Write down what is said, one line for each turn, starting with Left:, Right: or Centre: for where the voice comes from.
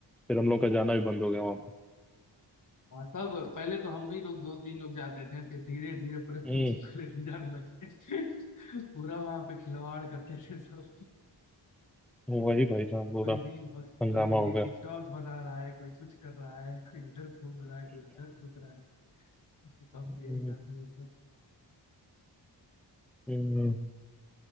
Centre: फिर हम लोग का जाना भी बंद हो गया वहाँ पे
Left: हाँ, सब पहले तो हम भी लोग दो तीन लोग जाते थे फिर धीरे धीरे पूरे
Centre: हम्म
Left: कोचिंग को लेके जाने लगे <laughs> पूरा वहां पे खिलवाड़ करते थे सब
Centre: हम्म, वही भाई साहब पूरा
Left: कोई रील बस
Centre: हंगामा
Left: कोई भी
Centre: हो गया
Left: टिकटॉक बना रहा है कोई कुछ कर रहा है कोई इधर घूम रहा है कोई उधर घूम रहा है कब
Centre: हम्म,
Left: प्लेन कर दूँ इसमें
Centre: हम्म,